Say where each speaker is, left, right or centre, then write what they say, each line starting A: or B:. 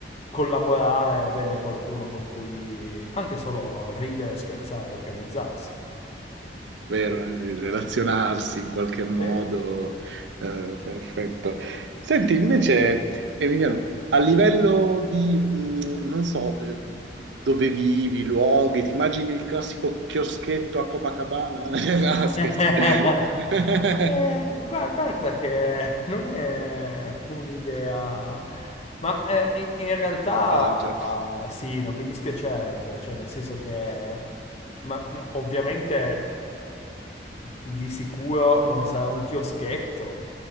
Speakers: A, on the left; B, on the right.
A: collaborare, avere qualcuno con cui anche solo ridere, scherzare, organizzarsi.
B: Vero, eh, sì, relazionarsi in qualche modo,
A: Sì.
B: eh, perfetto. Senti, invece, Emiliano, a livello di, mh, non so, eh, dove vivi, luoghi, ti immagini il classico chioschetto a Copacabana? <laughs> No, scherzo.
A: <laughs>
B: <laughs>
A: Eh, gua- guarda che non è un'idea, ma eh, in in realtà
B: Malvagia.
A: ah, sì, non mi dispiacerebbe, cioè nel senso che ma- ma ovviamente di sicuro non sarà un chioschetto,